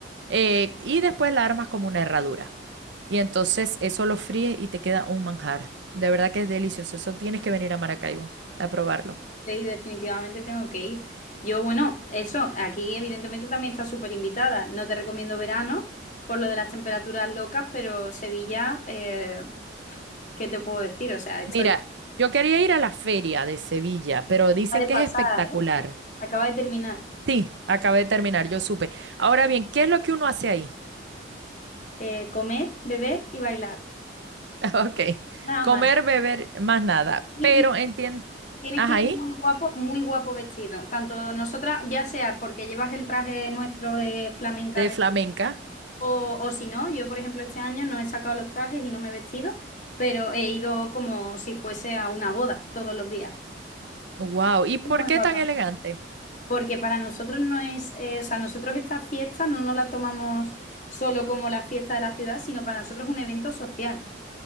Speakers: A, on the right (about 70°); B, on the left (about 40°).
A: eh, y después la armas como una herradura. Y entonces eso lo fríes y te queda un manjar. De verdad que es delicioso. Eso tienes que venir a Maracaibo a probarlo.
B: Sí, definitivamente tengo que ir. Yo, bueno, eso, aquí evidentemente también está súper invitada. No te recomiendo verano por lo de las temperaturas locas, pero Sevilla, eh, ¿qué te puedo decir? O sea, estoy...
A: Mira, yo quería ir a la feria de Sevilla, pero dicen
B: Acaba de
A: que
B: pasar,
A: es espectacular.
B: ¿eh? Acaba de terminar.
A: Sí, acabé de terminar, yo supe. Ahora bien, ¿qué es lo que uno hace ahí?
B: Eh, comer, beber y bailar.
A: <laughs> Ok,
B: Nada
A: comer,
B: más.
A: beber, más nada.
B: Y,
A: Pero
B: y
A: entiendo.
B: tienes
A: Ajá,
B: que ir muy guapo, muy guapo vestido. Tanto nosotras, ya sea porque llevas el traje nuestro de flamenca
A: de flamenca.
B: O, o si no, yo por ejemplo este año no he sacado los trajes y no me he vestido, pero he ido como si fuese a una boda todos los días.
A: Wow. ¿Y por
B: Muy
A: qué
B: guapa.
A: tan elegante?
B: Porque para nosotros no es, eh, o sea, nosotros esta fiesta no nos la tomamos solo como la fiesta de la ciudad, sino para nosotros es un evento social.